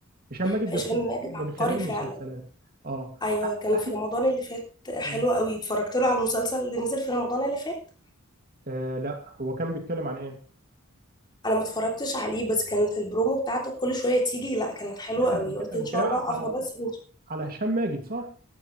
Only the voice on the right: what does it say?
هشام ماجد
بس
من
خلال
مسلسلات اه
احمد
آه
آه، لا هو كان بيتكلم عن ايه
لا
انت بتك-
بتتكلم
على
على هشام ماجد صح؟